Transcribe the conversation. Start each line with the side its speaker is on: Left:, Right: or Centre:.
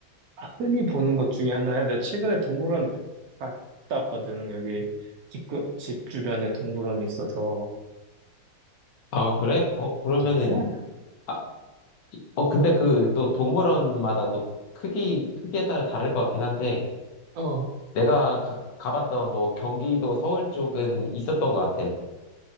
Right: 흔히 보는 것 중에 하나야. 내가 최근에 동물원을 가- 갔다 왔거든. 여기 집, 그- 집 주변에 동물원이 있어서.
Left: 아, 그래? 어, 그러면은,
Right: 그래?
Left: 아, 어, 근데 그 또 동물원마다 또 크기, 크기에 따라 다를 것 같긴 한데,
Right: 어,
Left: 내가 가, 가봤던 뭐 경기도 서울 쪽은 있었던 것 같아.